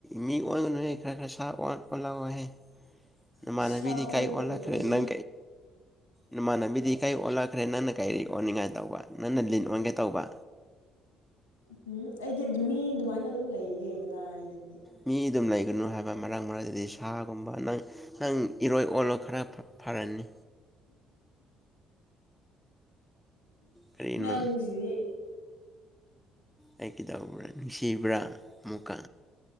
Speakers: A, in the centre; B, on the left.
A: ꯃꯤ ꯑꯣꯟꯒꯅꯨꯍ ꯈꯔ ꯈꯔ ꯁꯥ ꯑꯣꯟꯂꯛꯑꯣꯍꯦ ꯅꯃꯥꯟꯅꯕꯤꯗꯤ
B: ꯁꯥ ꯑꯣꯜꯂꯒ
A: ꯀꯥꯏ ꯑꯣꯜꯂꯛꯈ꯭ꯔꯦ
B: ꯀꯩꯗꯧꯗꯣꯏꯅꯣ
A: ꯅꯪ ꯅꯃꯥꯟꯅꯕꯤꯗꯤ ꯀꯥꯏ ꯑꯣꯜꯂꯛꯈ꯭ꯔꯦ ꯆꯠꯈ꯭ꯔꯦ ꯅꯪꯅ ꯀꯩ ꯑꯣꯟꯅꯤꯡꯉꯥꯏ ꯇꯧꯕ ꯅꯪꯅ ꯂꯤꯟ ꯑꯣꯟꯒꯦ ꯇꯧꯕ
B: ꯎꯝ ꯑꯩ ꯃꯤ ꯑꯗꯨꯃꯥꯏꯅ ꯑꯗꯨꯝ ꯂꯩꯒꯦ ꯀꯗꯥꯏꯗꯒꯤ
A: ꯃꯤ ꯑꯗꯨꯝ ꯂꯩꯒꯅꯨ ꯍꯥꯏꯕ ꯃꯔꯥꯡ ꯃꯔꯥꯏꯗꯤ ꯁꯥꯒꯨꯝꯕ ꯅꯪ ꯅꯪ ꯏꯔꯣꯏ ꯑꯣꯜꯂꯣ ꯈꯔ ꯐꯔꯅꯤ ꯀꯔꯤꯅꯣ
B: ꯅꯪꯁꯤꯗꯤ
A: ꯑꯩ ꯀꯩꯗꯧꯕ꯭ꯔꯥ ꯅꯨꯡꯁꯤꯕ꯭ꯔꯥ ꯑꯃꯨꯛꯀ